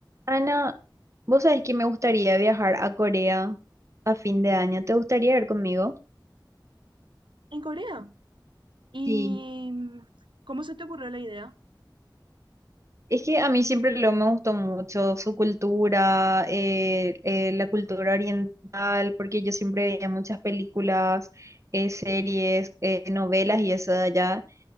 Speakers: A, on the right (about 40°); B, on the right (about 80°).
A: Ana, vos sabés que me gustaría viajar a Corea a fin de año. ¿Te gustaría ir conmigo?
B: En Corea. ¿Y
A: Sí,
B: mm, cómo se te ocurrió la idea?
A: Es que a mí siempre lo me gustó mucho su cultura, eh, eh, la cultura oriental, porque yo siempre veía muchas películas, eh, series, eh, novelas y eso de allá.